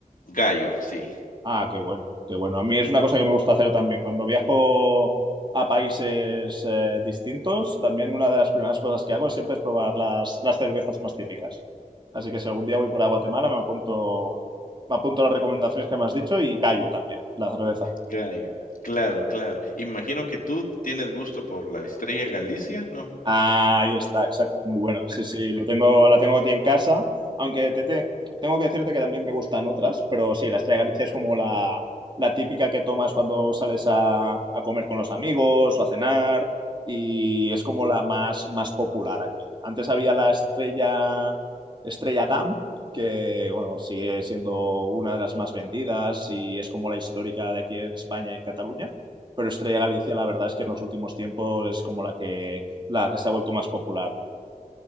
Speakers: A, on the left; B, on the right.
A: Gallo, sí,
B: Ah, qué bueno, qué bueno. A mí es una cosa que me gusta hacer también. Cuando viajo a países eh, distintos, también una de las primeras cosas que hago es siempre es probar las, las cervezas más típicas. Así que si algún día voy por a Guatemala, me apunto, me apunto las recomendaciones que me has dicho y callo también la cerveza.
A: Gallo. Claro, claro. Imagino que tú tienes gusto por la Estrella Galicia, ¿no?
B: Ah, ahí está, exacto, muy bueno. Sí, sí, lo tengo, la tengo aquí en casa, aunque te, te- tengo que decirte que también me gustan otras, pero sí, la Estrella de Galicia es
A: Ujú,
B: como la, la típica que tomas cuando sales a, a comer con los amigos o a cenar y es como la más, más popular aquí. Antes había la Estrella, Estrella Damm, que bueno, sigue siendo una de las más vendidas y es como la histórica de aquí en España y en Cataluña. Pero Estrella Galicia, la verdad es que en los últimos tiempos es como la que la que se ha vuelto más popular.